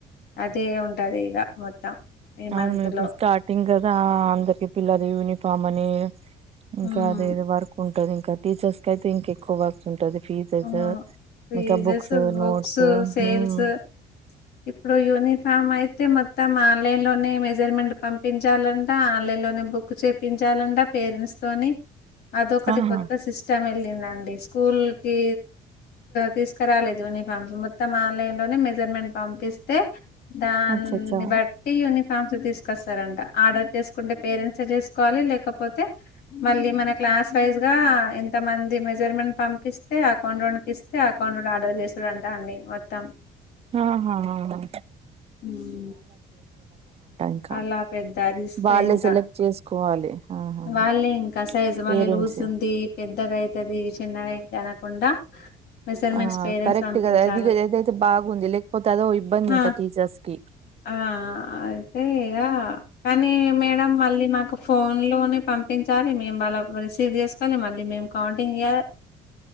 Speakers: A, on the left; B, on the right.
A: అదే ఉంటది ఇగ మొత్తం ఈ
B: అవును
A: మంత్
B: ఇప్పుడు
A: లో
B: స్టార్టింగ్ గదా అందరికి పిల్లలు యూనిఫార్మ్ అని ఇంకా
A: ఉమ్,
B: అదే వర్క్ ఉంటది ఇంకా టీచర్స్ కి అయితే ఇంకె కోవాల్సి ఉంటది ఫీజెస్
A: ఆ, ఫీజెస్
B: ఇంకా బుక్స్
A: బుక్స్
B: నోట్స్
A: సేల్స్
B: హ్మ్
A: ఇప్పుడు యూనిఫామ్ అయితే మొత్తం ఆన్లైన్ లోనే మెజర్మెంట్ పంపి చెప్పించాలంట ఆన్లైన్ లోనే బుక్ చేయిచాలంట పేరెంట్స్ తోని అదొకటి
B: ఆహా!
A: కొత్త సిస్టమ్ ఏళ్ళిందండి స్కూల్ కి తీసుకురాలేదు యూనిఫామ్స్ మొత్తం ఆన్లైన్ లోనే మెజర్మెంట్ పంపిస్తే దాన్ని
B: అచ్చచ్చా!
A: బట్టి యూనిఫామ్ ఫ్యాన్సీ తీసుకొస్తారంట ఆర్డర్ చేసుకుంటే పేరెంట్సే చేసుకోవాలి లేకపోతే మళ్ళీ మన క్లాస్ వైజ్ గా ఎంత మంది మెజర్మెంట్ పంపిస్త తే అకౌంటోన్ ఇస్తే అకౌంటోన్ ఆర్డర్ చేస్తాడు అంటా అండి మొత్తం
B: ఆహా హ హ హ
A: మ్
B: ఇంకా.
A: అలా పెద్ద రిస్క్
B: వాళ్ళే
A: ఇంకా
B: సెలెక్ట్ చేసుకోవాలి. ఆహాహా!
A: వాళ్ళే ఇంకా సైజు మళ్ళీ
B: పేరెంట్సే.
A: లూజ్ ఉంది పెద్దగా అయితది చిన్నగా అయితది అనకుండా మెజర్మెంట్స్
B: ఆ
A: పేరెంట్స్
B: కరెక్ట్
A: పంపించాలి
B: కదా అది ఏదైతే బాగుంది లేకపోతే అదో ఇబ్బంది
A: ఆ
B: ఇంకా టీచర్స్ కి
A: ఆ అయితే ఇగ కానీ మేడం మళ్ళీ మాకు ఫోన్ లోనే పంపించాలి మేము వాళ్లవి రిసీవ్ చేసుకోవాలి కానీ మళ్ళీ మేము కౌంటింగ్ చేయాలి